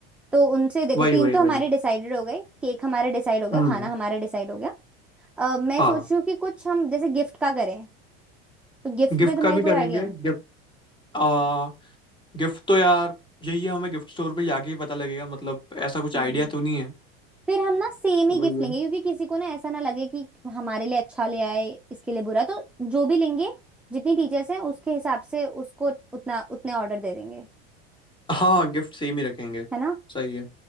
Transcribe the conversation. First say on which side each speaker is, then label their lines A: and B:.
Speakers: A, in the centre; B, on the left.
A: तो उनसे देखो
B: वही
A: तीन
B: वही
A: तो हमारे
B: वही
A: डिसाइडेड हो गए केक हमारा डिसाइड हो गया
B: हम्म
A: खाना हमारा डिसाइड हो गया अ, मैं
B: हाँ
A: सोच रही हूँ कि कुछ हम जैसे गिफ्ट का करें तो गिफ्ट
B: गिफ्ट
A: में तुम्हारे
B: का भी
A: कोई
B: करेंगे
A: आइडिया है
B: गिफ्ट गिफ्ट तो यार यही है हमें गिफ्ट स्टोर पे जाके ही पता लगेगा मतलब ऐसा कुछ
A: हम्म
B: आइडिया तो नहीं है
A: फिर हम ना सेम
B: तो
A: ही
B: वही
A: गिफ्ट
B: है
A: लेंगे क्योंकि किसी को ना ऐसा ना लगे कि हमारे लिए अच्छा ले आए इसके लिए बुरा तो जो भी लेंगे जितनी टीचर्स हैं उसके हिसाब से उसको उतना उतने ऑर्डर दे देंगे
B: हाँ गिफ्ट सेम ही रखेंगे
A: है ना
B: सही है